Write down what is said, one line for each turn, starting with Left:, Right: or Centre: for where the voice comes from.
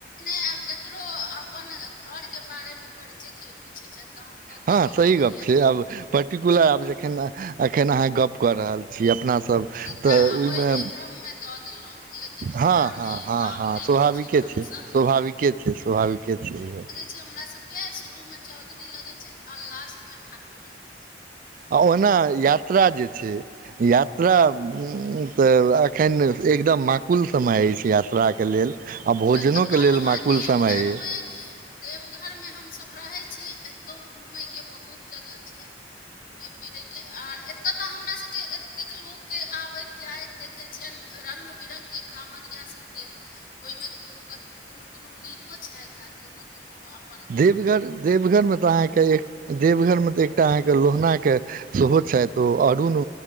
Left: नै आब ककरो अप्पन घरके बारेमे परचय कियो पूछै छैथ तहन तऽ
Right: हँ
Left: देबऽ
Right: सही
Left: पड़ैयैऽ।
Right: गप छै आब पट्ट- र्टकुलर आब जखन अ -अखन अहाँ गप कऽ रहल छी, अपना सब।
Left: छी
Right: तऽ ओयमे,
Left: ओहिके क्रममे दऽ देलहुँ लेकिन
Right: हँ
Left: ओना
Right: -हँ
Left: नहि
Right: -हँ-
Left: नाम
Right: हँ
Left: नहि
Right: स्वाभाविके
Left: लै छियनि
Right: छै।
Left: हमसभ
Right: स्वाभाविके छै, स्वाभाविके छै, यौ।
Left: छे हमरा सब के शुरू में चौधरी लगय छै और लास्ट में ठाकुर लगै छै।
Right: आ ओहुना यात्रा जे छै यात्रा, उं-त एख्खन एकदम माकुल समय अइछ यात्राके लेल। आ भोजनोके
Left: तै तऽ कहलहुँ
Right: लेल माकुल
Left: हेँ देवघरमे
Right: समय अइ।
Left: देवघरमे हमसभ रहै छी एतौ घूमयके बहुत जगह छै। घुमै फिरैके, आर एतऽतऽ हमरा सभके एतेक लोकके आब बैत जाइत देखैत छियैन रङ्ग -बिरङ्गके काँवरिया सबके, ओहिमे कोइ क- कुनो कुनो नीको छैथ आ कुनो कुनो अप-
Right: देवघर, देवघरमे तऽ अहाँके एक देवघरमे तऽ एकटा अहाँके लोहनाके सेहो छैथ, ओ अरुण